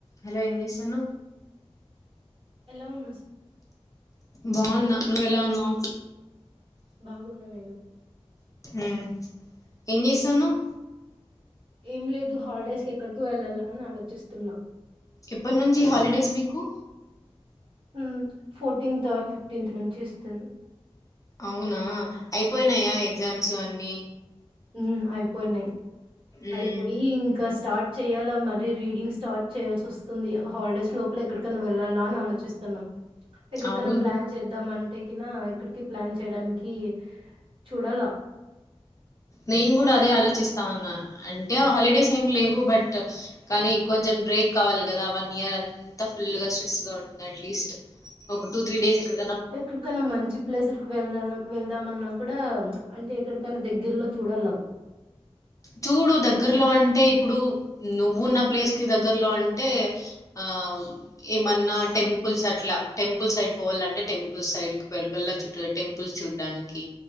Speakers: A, on the left; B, on the right.
A: Hello ఏమ్ చేస్తుండు
B: ఎలా ఉన్నా స్
A: బాన్నా నువ్వు ఎలా వున్నావ్
B: బాగున్నా నేను
A: ఉ ఏం చేస్తన్నావ్
B: ఏం లేదు హాలిడేస్కి ఎక్కడికి వెళ్ళల అని ఆలోచిస్తున్నా
A: ఎప్పటి నుంచి హాలిడేస్ మీకు
B: మ్ ఉ ఫోర్టీన్త్ ఆర్ ఫిఫ్టీన్త్ నుంచి ఇస్తరు
A: అవునా అయిపోయినాయా ఎగ్జామ్స్ అన్ని
B: ఉ అయిపోయినయి
A: మ్మ్
B: అయిపోయి ఇంకా స్టార్ట్ చేయాలా మరీ రీడింగ్ స్టార్ట్ చేయాల్సి వస్తుంది. హాలిడేస్ లోపల ఎక్కడికన్నా వెళ్ళాలా అని ఆలోచిస్తున్నాం. ఎక్కడికన్నా
A: అవును
B: ప్లాన్ చేద్దాం అంటే కనా ఎక్కడికి ప్లాన్ చేయడానికి చూడాల
A: నేను కూడా అదే ఆలోచిస్తా అన్నా అంటే, హాలిడేస్ ఏమి లేవు. బట్ కానీ కొంచెం బ్రేక్ కావాలి కదా. వన్ ఇయర్ అంతా ఫుల్ గా స్ట్రెస్ గా ఉంటుంది. అట్లీస్ట్ ఒక టూ త్రీ డేస్ ఎక్కడ
B: ఎక్కడికైనా మంచి ప్లేసులకి వెళ్దాం వెళ్దామన్నం కూడా అంటే ఎక్కడికైనా దగ్గరలో చూడల
A: చూడు దగ్గరలో అంటే ఇప్పుడు నువ్వున్న ప్లేస్ కి, దగ్గరలో అంటే ఆ ఏమన్నా టెంపుల్స్, అట్లా టెంపుల్ సైడ్ పోవాలంటే, టెంపుల్స్ సైడ్ పల్ల చుట్ట టెంపుల్స్ చూడ్డానికి.